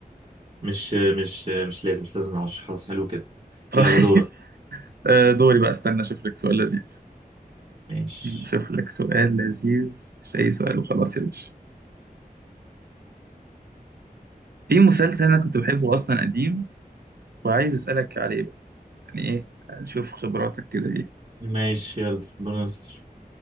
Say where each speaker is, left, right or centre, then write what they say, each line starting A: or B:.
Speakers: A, on the right (about 40°); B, on the right (about 80°).
A: مش مش مش لازم مش لازم العشرة خلاص حلو كده
B: طيب
A: يلا دورك
B: آه دوري بقى استنى اشوف لك سؤال لذيذ
A: ماشي
B: شوف لك سؤال لذيذ مش اي سؤال وخلاص يا باشا في مسلسل انا كنت بحبه اصلا قديم وعايز اسالك عليه بقى يعني ايه نشوف خبراتك كده ايه
A: ماشي يلا ربنا يستر